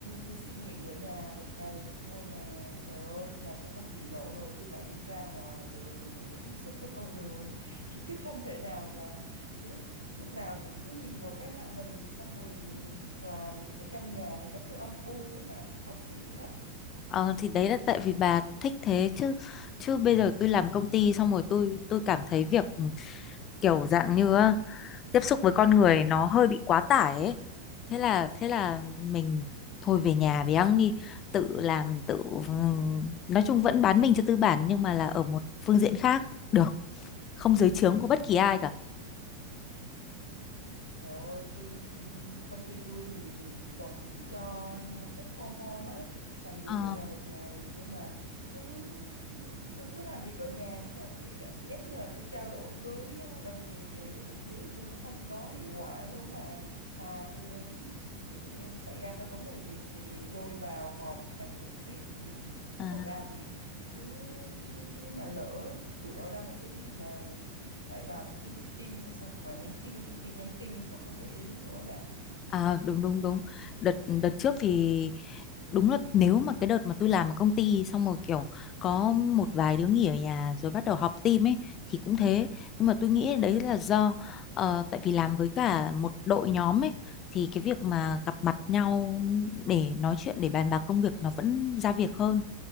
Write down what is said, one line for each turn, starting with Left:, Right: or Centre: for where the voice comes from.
Right: tôi xin nghỉ ở nhà một ngày thôi mà trời ơi là tôi không chịu nổi rồi tôi phải đi ra ngoài đường tôi phải tiếp xúc với con người <laughs> chứ không thể nào mà lúc lúc nào cũng cứ nhìn vào cái màn hình xong rồi làm ở trong nhà thì nó cứ âm u ấy bà tôi khó chịu lắm
Left: Ờ, thì đấy là tại vì bà thích thế chứ chứ bây giờ tôi làm công ty xong rồi tôi tôi cảm thấy việc ừ, kiểu dạng như á, tiếp xúc với con người nó hơi bị quá tải ấy. Thế là thế là mình thôi về nhà bé ăn đi tự làm tự ừm, nói chung vẫn bán mình cho tư bản nhưng mà là ở một phương diện khác được không dưới trướng của bất kỳ ai cả.
Right: ừ. Trời ơi, tôi công ty tôi thì một tuần cũng cho work from home á, làm việc
Left: Ờ,
Right: ở nhà một ngày nhưng mà cứ tôi cứ làm việc ở nhà nhưng mà tôi cảm giác như là tôi trao đổi với ờ, đồng nghiệp này với cấp dưới của tôi nó không có hiệu quả luôn bà. Thà tôi đến ví dụ như xảy ra cái vấn đề gì thì lôi vào họp và trực tiếp thì
Left: à.
Right: nó còn ra việc chứ chứ chứ mà lỡ cứ cửa ra một cái gì mà phải vào một cái meeting rồi xong hoặc là nhắn tin nhiều khi nhắn tin còn không để ý nữa bà
Left: À, đúng đúng đúng đợt đợt trước thì đúng là nếu mà cái đợt mà tôi làm ở công ty xong rồi kiểu có một vài đứa nghỉ ở nhà rồi bắt đầu họp team ấy thì cũng thế nhưng mà tôi nghĩ đấy
Right: Ừ.
Left: là do ờ, tại vì làm với cả một đội nhóm ấy thì cái việc mà gặp mặt nhau để nói chuyện để bàn bạc công việc nó vẫn ra việc hơn